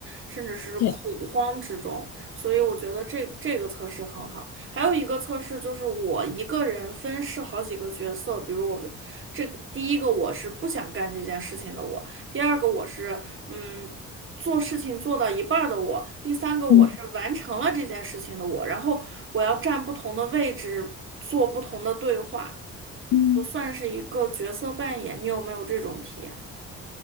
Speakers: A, on the right (about 45°); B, on the left (about 65°).
A: 甚至是恐慌之中。
B: 对，
A: 所以我觉得这这个测试很好。还有一个测试就是我一个人分饰好几个角色，比如我这第一个我是不想干这件事情的我，第二个我是嗯做事情做到一半儿的我，第三个我是完成了这件事情的我，
B: 嗯
A: 然后我要站不同的位置，做不同的对话，
B: 嗯
A: 就算是一个角色扮演。你有没有这种体验？